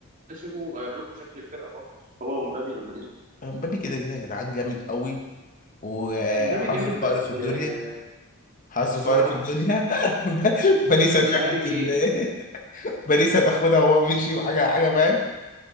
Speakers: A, on the right; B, on the left.
A: كلاسيكو غير لكم شكل الفرقه خالص هو ومبابي لما نزلوا
B: مبابي كده كده يا جدعان جامد قوي وحظه
A: مبابي جامد
B: فقر
A: بس
B: في الدنيا
A: آه،
B: حظه
A: بس
B: فقر
A: هو نحس
B: في الدنيا <laughs> باريس
A: عامل
B: هتاخد
A: زي هاري كين
B: ال... <laughs> باريس هتاخدها وهو مشي وحاجه حاجه فاهم